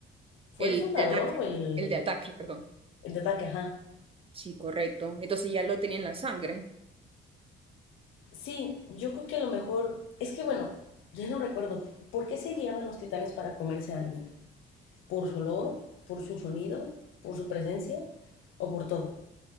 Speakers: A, on the left; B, on the right.
A: ¿Fue
B: el
A: el fundador
B: de ataque.
A: o el,
B: El de ataque, perdón.
A: el de ataque? Ajá.
B: Sí, correcto. Entonces ya lo tenía en la sangre.
A: Sí, yo creo que a lo mejor. Es que bueno, ya no recuerdo. ¿Por qué se guiaban los titanes para comerse a alguien? ¿Por su olor? ¿Por su sonido? ¿Por su presencia? ¿O por todo?